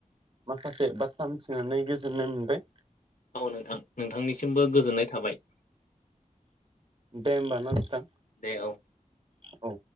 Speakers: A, on the right; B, on the left.
A: माखासे बाथ्रा मिथिनानै गोजोननाय मोनबाय
B: औ नोंथां नोंथांनिसिमबो गोजोननाय थाबाय
A: दे होमबा ना नोंथां
B: दे औ
A: औ